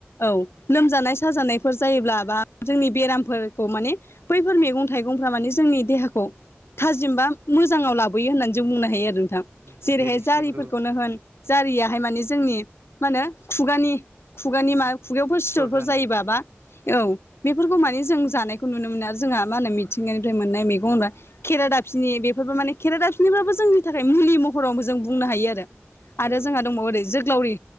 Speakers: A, on the left (about 80°); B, on the right (about 70°).
A: औ लोमजानाय साजानाय फोर जायोब्ला बा जोंनि बेरामफोरखौ माने बैफोर मे गं थाइगंफ्रा माने जोंनि देहाखौ थाजिम बा मोजाङाव लाबोयो होननानै जों बुंनो हायो आरो नोंथां।
B: जेरै
A: जेरैहाय जारिफोरखौनो
B: सिब्रु
A: होन जारियाहाय माने जोंनि मा होनो खुगानि खुगानि मा खुगायावफोर सिथरफोर
B: सिथर जानाय
A: जायोब बा औ बेफोरखौ मानि जों जानाय नुनो मोन आरो जोंहा मा होनो मिथिंगानिफ्राय मोननाय मेगं होनबा खेरादा फिनि बेफोरबो माने खेरेदाफिनिबाबो जोंनि थाखाय मुलि महरावबो जों बुंनो हायो आरो
B: औ
A: आरो जोंहा दंबावोओरै जोग्लावरि